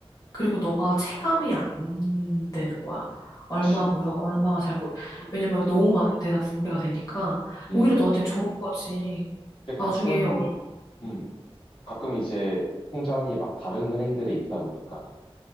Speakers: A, on the left; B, on the left.
A: 그리고 너가 체감이 안 되는 거야. 얼마
B: 그치
A: 모여, 얼마가 잘 모여.
B: 음
A: 왜냐면 너무 많은 데다 분배가 되니까
B: 음.
A: 오히려 너한테 좋은 거지.
B: 이제
A: 나중에
B: 가끔
A: 얼,
B: 음, 가끔 이제 통장이 막 다른 은행들에 있다 보니까는